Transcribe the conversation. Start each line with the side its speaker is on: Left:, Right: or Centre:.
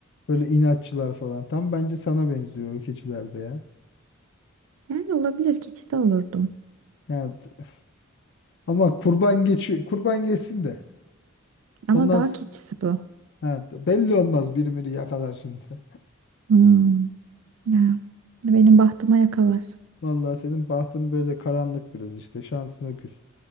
Left: böyle inatçılar falan. Tam bence sana benziyor o keçilerde ya.
Right: Yani olabilir keçi de olurdum.
Left: Yani, t- ama kurban geçi kurban geçsin de.
Right: Ama
Left: Ondan
Right: daha
Left: s-
Right: keçisi bu.
Left: ha, t- belli olmaz biri miri yakalar şimdi. <laughs>
Right: Hmm, ya. Benim bahtıma yakalar.
Left: Vallahi senin bahtın böyle karanlık biraz işte şansına küs.